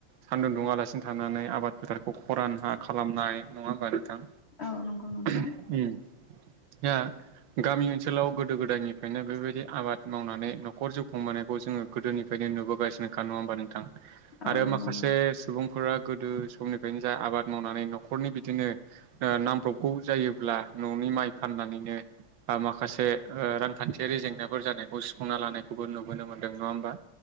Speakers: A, on the right; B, on the left.
A: सान्दुं दुङालासिनो थानानै आबाद फोथारखौ खरान हा खालामनाय नङा होमबा नोंथां
B: औ नंगौ नोंथां
A: ओहुम ओम या गामि ओनसोलाव गोदो गोदायनिफ्रायनो बेबायदि आबाद मावनानै न'खर जिउखांबोनाय खौ जोङो गोदोनिफ्राय नुबोगासिनो नङा होनबा नोंथां
B: औ
A: आरो
B: नंगौ
A: माखासे
B: नोंथां
A: सुबुं फोरा गोदो समनिफ्रायनो जा आबाद मावनानै न'खरनि बिदिनो ओ नांफ्रबगौ जायोब्ला न'नि माइ फाननानैनो बा माखासे ओ रांखान्थियारि जेंनाफोर जानायखौ सुफुंना लानायखौबो नुब बोनो मोनदों नङा होमबा